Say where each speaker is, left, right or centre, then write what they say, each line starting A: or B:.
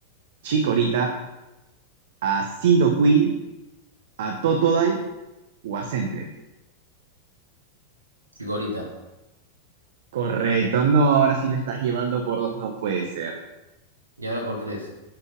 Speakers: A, on the right; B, on the right.
A: Chikorita, a Cyndaquil, a Totodile o a Sentret.
B: Chicorita.
A: Correcto, no, ahora sí me estás llevando por dos, no puede ser.
B: Y ahora por tres.